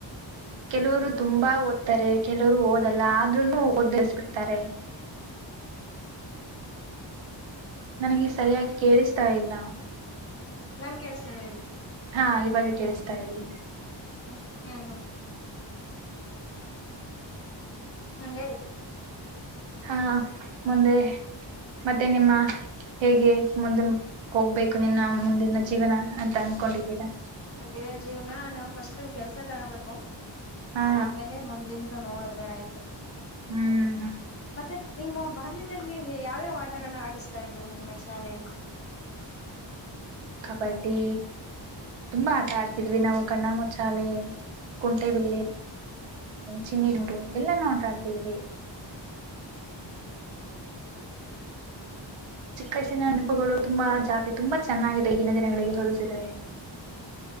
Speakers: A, on the right; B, on the left.
A: ಕೆಲ್ವುರು ತುಂಬಾ ಓದ್ತಾರೆ ಕೆಲ್ವುರು ಓದ ಲ್ಲ ಆದ್ರೂನು ಒದ್ದರಿಸ್ಬಿಡ್ತಾರೆ. ನನಿಗೆ ಸೆ. ಸರಿಯಾಗ್ ಕೇಳಿಸ್ತಾ ಇಲ್ಲ.
B: ನನ್ ಕಳ್ಸತೈತೆ ಹೇಳಿ.
A: ಹಾ ಈವಾಗೆ ಕೇಳುಸ್ತ ಇದೆ ಹೇಳಿ.
B: ಹ್ಮ್ ಹ್ಮ್ ಹ್ಮ್. ಹ್ಮ್ ಹೇಳಿ.
A: ಹಾ ಮುಂದೆ ಮತ್ತೆ ನಿಮ್ಮ ಹೇಗೆ ಮುಂದೆ ಕೊಗ್ಬೇಕು ನಿನ್ನ ಮುಂದಿನ ಜೀವನ ಅಂತ ಅನ್ಕೊಂಡಿದ್ದೀರಾ.
B: ಮಂದೆ ಜೀವ್ನ ನಾವು ಫಸ್ಟ್ ಕೆಲ್ಸ ತಗಬೇಕು.
A: ಹಾ
B: ಆಮೇಲೆ ಮುಂದಿನ್ ನೋಡಿದ್ರೆ ಆಯ್ತು.
A: ಹ್ಮ್
B: ಮತ್ತೆ ನಿಮ್ಮ ಬಾಲ್ಯದಲ್ ನೀವ್ಗೆ ಯಾವ್ಯಾವ ಆಟಗಳನ್ನ ಆಡಿಸ್ತಾ ಇದ್ರು ನಿಮ್ಮ ಶಾಲೆಯಲ್ಲಿ.
A: ಬಡ್ಡಿ. ತುಂಬಾ ಆಟ ಆಡ್ತಿದ್ವಿ ನಾವು. ಕಣ್ಣಾಮುಚಾಲೆ ಕುಂಟೆಬಿಲ್ಲೆ ಚಿನ್ನಿ ಡುಡು ಎಲ್ಲಾನು ಆಟಾಡ್ತಿದೀವಿ. ಚಿಕ್ ವಯ್ಸ್ ಈ ನನ್ಪುಗಳು ತುಂಬಾ ಜಾತಿ ತುಂಬಾ ಚೆನ್ನಾಗಿದೆ. ದಿನ ದಿನಗಳಿಗೆ ಹೊಲ್ಸಿದ್ರೆ.